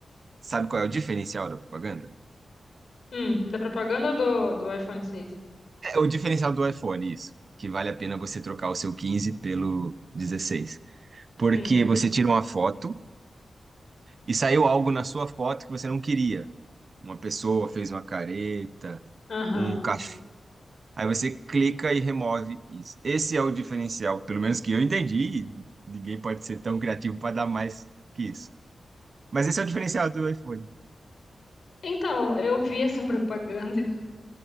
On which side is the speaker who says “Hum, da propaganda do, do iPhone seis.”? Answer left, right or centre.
Left